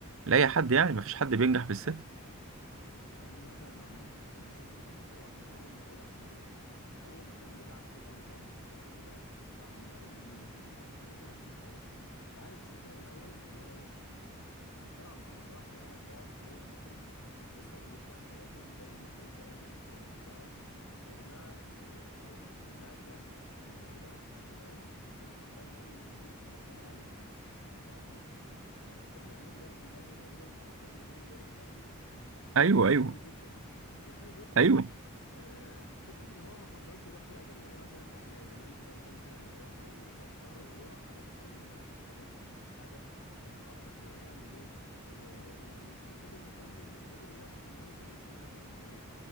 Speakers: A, on the right (about 60°); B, on the left (about 85°).
A: لاي حد يعني ما فيش حد بينجح بالسهل
B: يعني انا مثلا لو هنمسك مسيره محمد صلاح من اول ما بدأ خالص من اول ما كان بيلعب في طنطا وبعد كده راح المقاولين وبعد كده بدأ يحترف تعال نمسكها كده من الاول اللي هو ايه نتكلم عن محمد صلاح كلاعب صاعد في الدوري المصري لسه بيبدأ حياته في الدوري المصري وبيبدأ الكارير بتاعه يا جماعة إيه، اللاعب ده كان موهبة مش طبيعية كان حرفيا الأهلي والزمالك كانوا بيتخانقوا عليه لما المقاولين أنا فاكر له جون جابه في الأهلي تقريبا الجون الوحيد اللي جابه في الأهلي آه،
A: ايوه
B: جون
A: ايوه
B: حلو جدا جون حلو جدا
A: ايوه
B: آه، فكره ان هو ما فضلش يروح فرقه جماهيريه مثلا اهلي او زمالك ايا كان الفرقه اللي هيروحها وف- وقرر هو حاطط حلم لنفسه وحاطط هدف ومخطط هو هيعمل ايه و- و- و- وفضل مكمل وفضل واثق ان هو يوصل للحلم ده في يوم من الايام